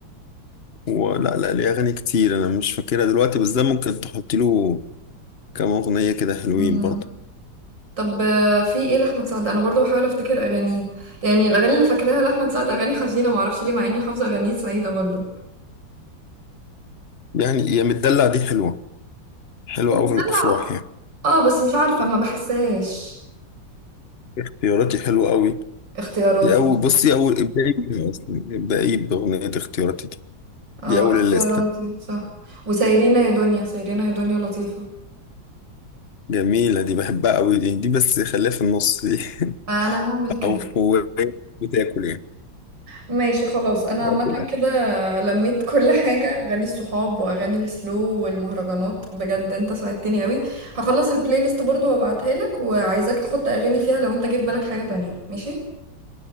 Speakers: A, on the left; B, on the right.
A: ولا لا ليه أغاني كتير أنا مش فاكرها دلوقتي بس ده ممكن تحط له كام أغنية كده حلوين
B: مم.
A: برضو
B: طب آه، في ايه لاحمد سعد انا برضو بحاول افتكر اغانيه يعني الاغاني اللي فاكراها لاحمد سعد اغاني حزينة معرفش ليه مع اني حافظة اغانيه سعيدة برضو
A: يعني يا متدلع دي حلوة حلوة
B: دلع
A: أوي في الأفراح يعني
B: اه بس مش عارفة ما بحسهاش
A: اختياراتي حلوة أوي
B: اختياراتي
A: دي أول بصي أول ابدأي بيها أصلا ابدأي بأغنية اختياراتي دي
B: اه
A: دي أول
B: اختياراتي
A: الليستة
B: صح وسايرينا يا دنيا سايرينا يا دنيا لطيفة
A: جميلة دي بحبها أوي دي دي بس خليها في النص دي <laughs>
B: انا هعمل كده
A: أو هو بتاكل يعني
B: ماشي خلاص انا
A: بتاكل
B: عامة
A: أكل
B: كده لميت كل حاجة اغاني الصحاب واغاني السلو والمهرجانات بجد انت ساعدتني قوي هخلص البلاي ليست برضو وابعتها لك وعايزاك تحط اغاني فيها لو انت جه في بالك حاجة تانية ماشي